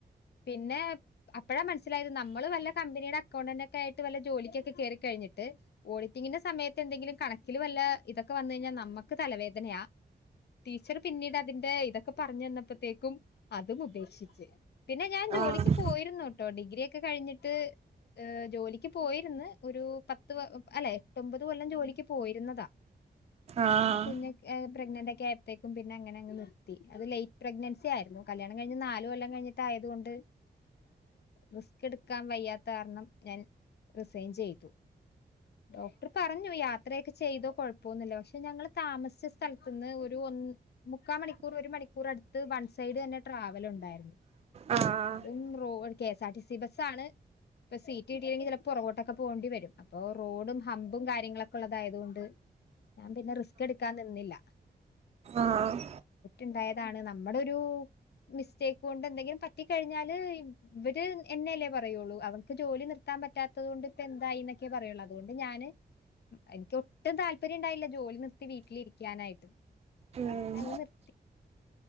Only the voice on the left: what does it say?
പിന്നെ അപ്പോഴാ മനസ്സിലായത് നമ്മള് വല്ല കമ്പനിയുടെ അക്കൗണ്ടന്റ ഒക്ക ആയിട്ട് വല്ല ജോലിക്കൊക്കെ കേയറിക്കഴിഞ്ഞിട്ട് ഓഡിറ്റിങ്ങിന്റെ സമയത്ത് എന്തെങ്കിലും കണക്കില് വല്ല ഇതക്കെ വന്ന് കഴിഞ്ഞാൽ നമമ്മുക്ക് തലവേദനയാ. ടീച്ചർ പിന്നീട് അതിന്റെ ഇതൊക്കെ പറഞ്ഞു തന്നപ്പോത്തേക്കും അതും ഉപേക്ഷിച്ച്, പിന്നെ ഞാൻ ജോലിക്ക്
പോയിരുന്നു കേട്ടോ ഡിഗ്രി ഒക്കെ കഴിഞ്ഞിട്ട് ജോലിക്ക് പോയിരുന്നു ഒരു പത്ത് അല്ലെ എട്ടൊമ്പത് കൊല്ലം ജോലിക്ക് പോയിരുന്നതാ
പിന്നെ കുഞ്ഞ പ്രെഗ്നന്റ് ഒക്കെ ആയപ്പോത്തേക്കും പിന്നെ അങ്ങനെ നി അത് ലൈറ്റ് പ്രഗ്നൻസി ആയിരുന്നു. കല്യാണം കഴിഞ്ഞ് ന കൊല്ലം കഴിഞ്ഞിട്ടയതുക കൊണ്ട് റിസ്ക് എടുക്കാൻ വയ്യാത്ത കാരണം ഞാൻ വിസൈൻ ചെയ്തു. ഡോക്ടർ പറഞ്ഞു യാത്ര യാത്രയൊക്കെ ചെയ്തോ കുഴപ്പമൊന്നില്ല. പക്ഷെ ഞങ്ങൾ താമസിച്ച സ്ഥലത്ത് നിന്ന് ഒരു മുക്കാ മണി മൂ ഒരു മണിക്കൂർ അടുത്ത് വൺ സൈഡ് തന്നെ ട്രാവൽ ഉണ്ടായിരുന്നു
അതും K S R T C ബസ്സാണ് ഇപ്പ സീറ്റ് കിട്ടില്ലെങ്കിൽ ചിലപ്പോൾ പുറകോട്ടൊക്കെ പോകേണ്ടി വരും. അപ്പൊ റോഡും ഹമ്പും കാര്യങ്ങളൊക്കെ ഉള്ളതായത് കൊണ്ട് ഞാൻ പിന്നെ റിസ്ക് എടുക്കാൻ നിന്നില്ല.
ഉണ്ടായതാണ് നമ്മുടെ ഒരു മിസ്റ്റേക്ക് കൊണ്ട് എന്തെങ്കിലും പറ്റി ക കഴിഞ്ഞാല് ഇവര് എന്നെല്ലേ പറയുള്ളൂ, അവർക്ക് ജോലി നിർ എത്താൻ പാത്തതുകൊണ്ട് ഇപ്പ എന്തായി എന്നൊക്ക പറയുള്ള അുകൊണ്ട് ഞാന് എനക്ക് ഒട്ടും താല്പര്യം ഉണ്ടായില്ല. ജോലി നിർത്തി വീട്ടിലി രിക്കാനായിട്ടും
അല്ലങ് നിർ